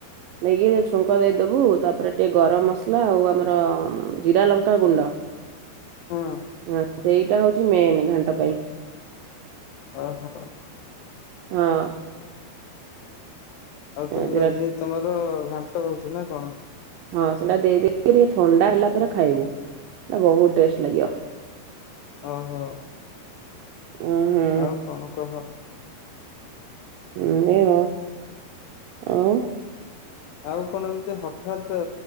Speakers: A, on the right; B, on the left.
A: <inaudible> ନେଇକି ଛୁଙ୍କ ଦେଇଦବୁ ତାପରେ ଟିକେ ଗରମ ମସଲା ଆଉ ଆମର ଜିରା ଲଙ୍କା ଗୁଣ୍ଡ।
B: ହଁ।
A: ହଁ ସେଇଟା ହଉଛି ମେନ୍ ଘାଣ୍ଟ ପାଇଁ।
B: ଓ ହୋ।
A: ହଁ।
B: ଆଉ ତାହେଲେ
A: ଜିରା
B: ଯେ ତମର ଘାଣ୍ଟ ହଉଛି ନା କଣ?
A: ହଁ ସେଇଟା ଦେଇକିରି ଥଣ୍ଡା ହେଲା ପରେ ଖାଇବୁ। ବହୁତ୍ ଟେଷ୍ଟ୍ ଲାଗିବ।
B: ଓ ହୋ।
A: ହୁଁ ହୁଁ।
B: ଆଉ କଣ କହ?
A: ଏମିତି ଆଉ ଆଉ।
B: ଆଉ କଣ ଏମତି ହଠାତ୍